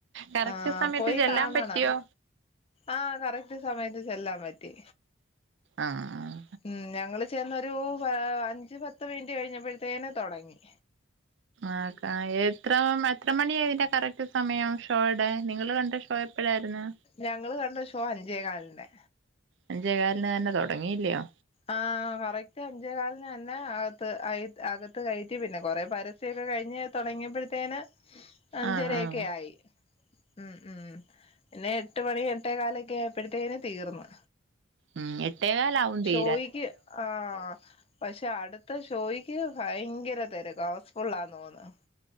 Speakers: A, on the right; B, on the left.
A: കറക്റ്റ്
B: ആഹ്
A: സമയത്ത്
B: പോയി
A: ചെല്ലാൻ
B: കാണണം
A: പറ്റിയോ
B: ആഹ് കറക്റ്റ് സമയത്ത് ചെല്ലാൻ പറ്റി.
A: ആഹ്
B: ഉം ഞങ്ങൾ ചെന്നൊരു അഞ്ചു പത്ത് മിനിറ്റ് കഴിഞ്ഞപ്പഴത്തേന് തൊടങ്ങി
A: ആക്ക എത്ര എത്ര മണി അതിന്റെ കറക്റ്റ് സമയം ഷോടെ നിങ്ങള് കണ്ട ഷോ എപ്പോഴായിരുന്നു
B: ഞങ്ങള് കണ്ട ഷോ അഞ്ചേ കാലിന്
A: അഞ്ചേ കാൽ ന് തന്നെ തുടങ്ങിയി ഇല്ലയോ
B: ആ കറക്റ്റ് അഞ്ചേ കാലിന് തന്നെ അകത്ത് അകത്ത് കയറ്റി പിന്നെ കൊറെ പരസ്യം ഒക്കെ കഴിഞ്ഞ് തൊടങ്ങിയപ്പഴ്ത്തേന് അഞ്ചരയൊക്കെയായി
A: ആഹ് ആഹ്
B: ഉം ഉം പിന്നെ എട്ട് മണി എട്ടേ കാലൊക്കെ ആയപ്പോഴുത്തേനും തീർന്നു
A: ഉം എട്ടേ കാലാവും തീ
B: പോയീക്ക് ആ ആ പക്ഷെ അടുത്ത ഷോയ്ക്ക് ഭയങ്കര തിരക്ക ഹൗസ്ഫുള്ളാ തോന്ന്